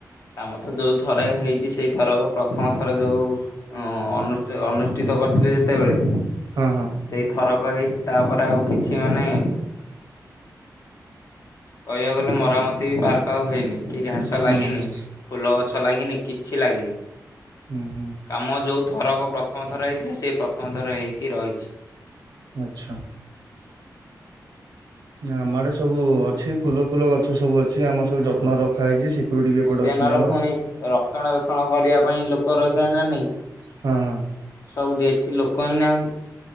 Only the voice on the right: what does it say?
ହଁ ହଁ।
ହୁଁ
ହୁଁ।
ହୁଁ ହୁଁ।
ଆଚ୍ଛା। ନା ଆମ ଆଡ଼େ ସବୁ ଅଛି। ଫୁଲ ଫୁଲ ଗଛ ସବୁ ଅ ସେ ଆମର ସବୁ ଯତ୍ନରେ
ରଖା ହେଇଛି। ସିକ୍ୟୁରିଟି ବି ଏପଟେ
ଅଛନ୍ତି ଆମର।
ହଁ ହଁ।